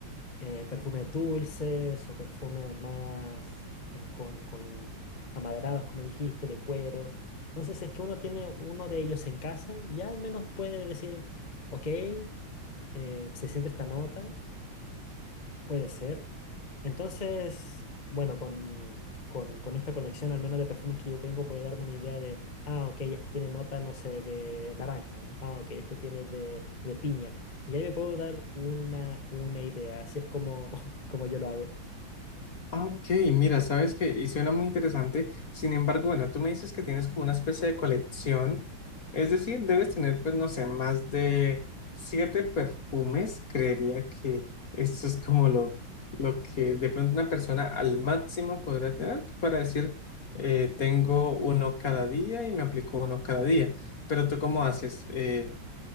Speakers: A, on the left; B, on the left.
A: eh, perfumes dulces o perfumes más eh, con, con amaderados, como dijiste, de cuero. Entonces, si es que uno tiene uno de ellos en casa, ya al menos puede decir, ok, eh, se siente esta nota. Puede ser. Entonces, bueno, con, con, con esta colección, al menos de perfumes que yo tengo, puedo darme una idea de, ah, ok, este tiene nota, no sé, de naranja, ah, ok, este tiene de, de piña. Y ahí me puedo dar una, una idea, así es como, <laughs> como yo lo hago.
B: Ah, Ok, mira, sabes que, y suena muy interesante. Sin embargo, bueno, tú me dices que tienes como una especie de colección, es decir, debes tener, pues, no sé, más de siete perfumes. Creería que esto es como lo, lo que de pronto una persona al máximo podría tener para decir, eh, tengo uno cada día y me aplico uno cada día. Pero tú, ¿cómo haces? Eh,